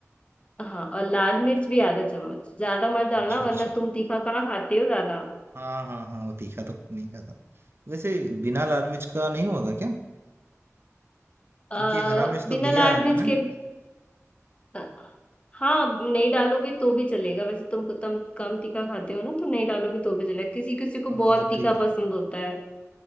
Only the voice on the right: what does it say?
अच्छा
अच्छा
हाँ हाँ हाँ वो तीखा तो नहीं खाता वैसे बिना लाल मिर्च का नहीं होगा क्या
क्योंकि हरा मिर्च तो
दिया
है
मैंने
हाँ
ठीक है